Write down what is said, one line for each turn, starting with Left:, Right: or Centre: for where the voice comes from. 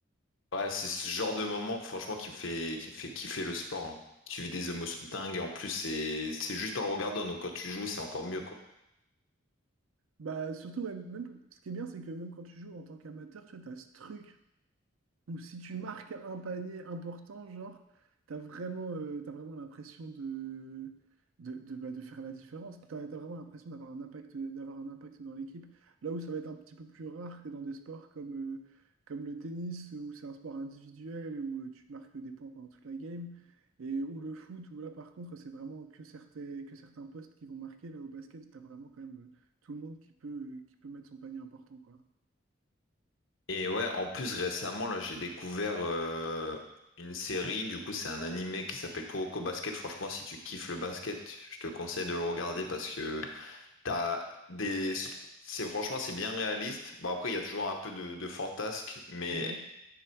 Left: ouais, c'est ce genre de moment franchement qui me fait, qui me fait kiffer le sport. hein. Tu vis des émotions dingues et en plus c'est c'est juste en le regardant, donc quand tu joues, c'est encore mieux quoi.
Right: Bah, surtout, ouais, même, ce qui est bien, c'est que même quand tu joues en tant qu'amateur, tu vois, t'as ce truc. Ou si tu marques un panier important, genre, t'as vraiment, euh, t'as vraiment l'impression de, de, de, bah, de faire la différence. T'as, t'as vraiment l'impression d'avoir un impact, d'avoir un impact dans l'équipe. Là où ça va être un petit peu plus rare que dans des sports comme, euh, comme le tennis, où c'est un sport individuel, où euh, tu marques des points pendant toute la game, et où le foot, où là, par contre, c'est vraiment que certains, que certains postes qui vont marquer. Là, au basket, t'as vraiment quand même euh, tout le monde qui peut, qui peut mettre son panier important, quoi.
Left: Et ouais, en plus récemment, là, j'ai découvert euh, une série, du coup, c'est un animé qui s'appelle Kuroko Basket. Franchement, si tu kiffes le basket, je te conseille de le regarder parce que t'as des... C'est franchement, c'est bien réaliste. Bon, après, il y a toujours un peu de, de fantasque, mais,
Right: Ouais.